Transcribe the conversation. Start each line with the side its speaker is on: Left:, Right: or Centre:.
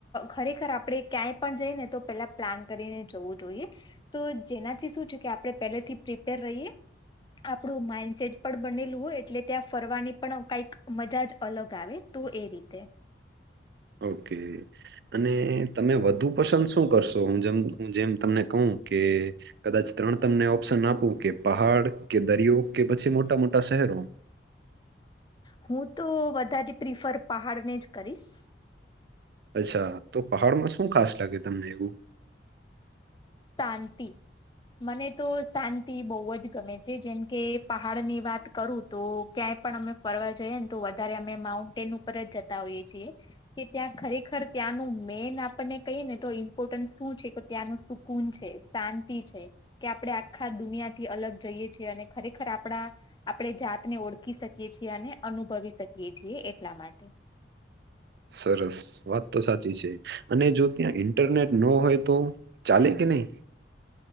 Left: ખરેખર આપણેે ક્યાંય પણ જઈ ને તો પેલા પ્લાન કરીને જવું જોઈએ. તો જેનાથી શું છે કે આપણે પહેલેથી પ્રિપેર રહીએ. આપણું માઈન્ડસેટ પણ બનેલું હોય એટલે ત્યાં ફરવાની પણ કાંઈક મજા જ અલગ આવે. તો એ રીતે.
Right: ઓકે અને તને વધુ પસંદ શ શું કરશો હું જેમ જેમ તમને કહું કે. કદાચ ત્રણ તમને ઓપ્શન આપું કે પહાડ કે દરિયો કે પછી મોટા મોટા શહેરો.
Left: હું તો વધારે પ્રિફર પહાડને જ કરીશ
Right: અચ્છા તો પહાડ માં શું ખાસ લાગે તમને એવું.
Left: શાંતિ મને તો શાંતિ બહુ જ ગમે છે જેમ. કે પહાડ ની વાત કરું તો ક્યાંય પણ અમે ફરવા જઈએ ને તો વધારે અમે માઉન્ટેન પર જ જતા હોઈએ છીએ. કે ત્યાં ખરેખર ત્યાંનું મેઈન આપણને કહીએ ને તો ઈમ્પોર્ટન્સ શું છે. ત્યાંનું સુકૂન છે શાંતિ છે. કે આપડણે આખા દુનિયા થી અલગ જઈએ છીએ અને ખરેખર આપડા આપણે જાતને ઓળખી શકીએ છીએ અને અનુભવી શકીએ છીએ એટલા માટે
Right: સરસ વાત તો સાચી છે અને જો ત્યાં ઇન્ટરનેટ ન હોય તો. ચાલે કે નહી.